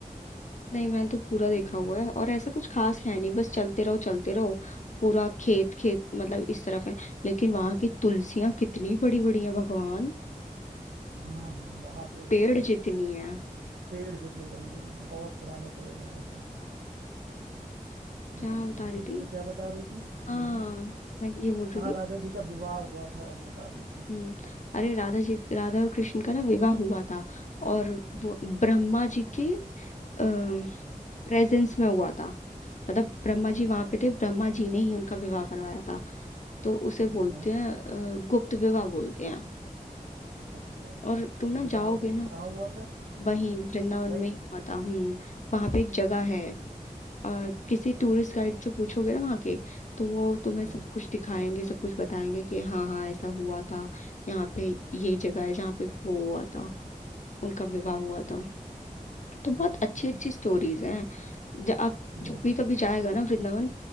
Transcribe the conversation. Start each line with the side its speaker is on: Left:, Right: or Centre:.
Left: नहीं मैंने तो पूरा देखा
Right: हम्म।
Left: हुआ है और ऐसा कुछ खास है नहीं बस चलते रहो चलते रहो पूरा खेत खेत मतलब इस तरफ है लेकिन वहां की तुलसियां कितनी बड़ी बड़ी हैं भगवान
Right: हाँ हाँ वहाँ तो
Left: पेड़
Right: है
Left: जितनी
Right: ये तो है
Left: है
Right: पेड़ जितने बड़ी बड़ी हैं बहुत पुराने पेड़ हैं यहाँ पे
Left: क्या
Right: हम्म
Left: बता रही
Right: हम्म,
Left: थी
Right: तो क्या बता रही थी
Left: हाँ
Right: हम्म
Left: मैं ये बोल रही
Right: हाँ
Left: थी
Right: राधा जी का विवाह हुआ था वो बता रही थी
Left: हम्म अरे राधा जी राधा और कृष्ण का ना विवाह हुआ था और
Right: हम्म,
Left: वो ब्रह्मा जी के प्रेजेंस में हुआ था मतलब ब्रह्मा
Right: अच्छा
Left: जी वहां पे थे ब्रह्मा जी ने ही उनका विवाह करवाया था तो उसे बोलते
Right: हाँ हाँ
Left: हैं अ, गुप्त विवाह बोलते हैं
Right: अच्छा
Left: और तुम ना
Right: ये कहाँ
Left: जाओगे
Right: हुआ
Left: ना
Right: कहाँ हुआ था
Left: वहीं वृंदावन
Right: वहीं
Left: में ही हुआ था हम्म वहां पे एक जगह है
Right: अच्छा
Left: अ, किसी
Right: अच्छा
Left: टूरिस्ट गाइड से पूछोगे ना वहाँ के तो वो तुम्हें
Right: हाँ
Left: सब कुछ दिखाएंगे सब कुछ बताएंगे कि हाँ हाँ ऐसा हुआ था यहाँ पे ये जगह है जहाँ पे वो हुआ था उनका विवाह हुआ था तो बहुत
Right: हम्म,
Left: अच्छी अच्छी
Right: हम्म,
Left: स्टोरीज हैं जब आप
Right: हाँ
Left: जब भी
Right: हाँ
Left: कभी जाएगा ना वृंदावन